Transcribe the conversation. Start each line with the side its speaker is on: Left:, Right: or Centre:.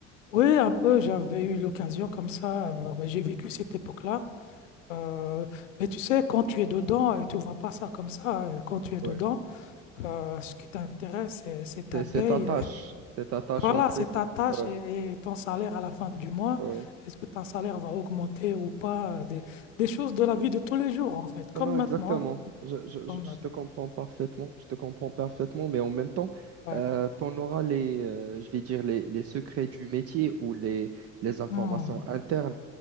Left: Oui, un peu, j'avais eu l'occasion comme ça. euh, bah, j'ai vécu cette époque-là. Euh, mais tu sais, quand tu es dedans, et tu ne vois pas ça comme ça. hein, Quand tu es dedans,
Right: Ouais.
Left: euh, ce qui t'intéresse, c'est c'est ta
Right: C'est cette
Left: paye.
Right: attache,
Left: euh, <laughs>
Right: cette attache
Left: Voilà,
Right: en fait.
Left: c'est ta tâche
Right: Ouais,
Left: et, et ton salaire à la fin du mois.
Right: ouais.
Left: Est-ce que ton salaire va augmenter ou pas? euh, Des, des choses de la vie de tous les jours, en fait,
Right: Non,
Left: comme
Right: non,
Left: maintenant.
Right: exactement. Je, je-
Left: Comme
Right: je- je
Left: maintenant.
Right: te comprends parfaitement. Je te comprends parfaitement, mais en même temps,
Left: Ouais.
Right: tu en auras les, euh, je vais dire, les, les secrets du métier ou les, les informations
Left: Hmm,
Right: internes.